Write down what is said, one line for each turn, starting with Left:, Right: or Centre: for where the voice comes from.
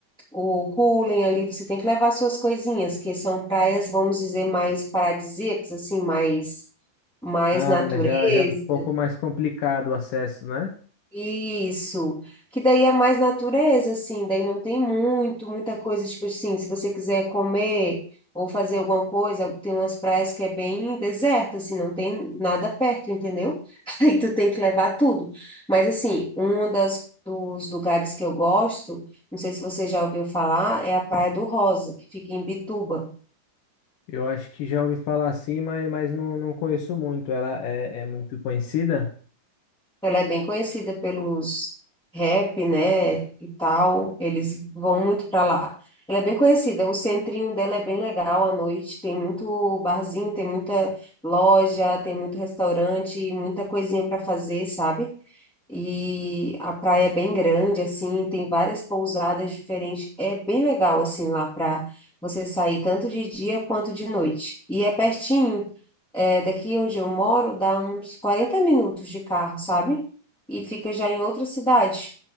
Centre: o cooling ali, você tem que levar suas coisinhas, que são praias, vamos dizer, mais paradisíacas, assim, mais, mais
Left: Ah,
Centre: natureza,
Left: já, já é um pouco mais complicado o acesso, né?
Centre: isso, que daí é mais natureza, assim, daí não tem muito, muita coisa, tipo assim, se você quiser comer ou fazer alguma coisa, tem umas praias que é bem deserta, assim, não tem nada perto, entendeu? <laughs> Aí tu tem que levar tudo. Mas assim, um das, dos lugares que eu gosto, não sei se você já ouviu falar, é a Praia do Rosa, que fica em Bituba.
Left: Eu acho que já ouvi falar assim, mas, mas não, não conheço muito. Ela é, é muito conhecida?
Centre: Ela é bem conhecida pelos rap, né, e tal. Eles vão muito para lá. Ela é bem conhecida. O centrinho dela é bem legal à noite. Tem muito barzinho, tem muita loja, tem muito restaurante, muita coisinha para fazer, sabe? E a praia é bem grande, assim, tem várias pousadas diferentes. É bem legal, assim, lá para você sair tanto de dia quanto de noite. E é pertinho. É, daqui onde eu moro, dá uns 40 minutos de carro, sabe? E fica já em outra cidade.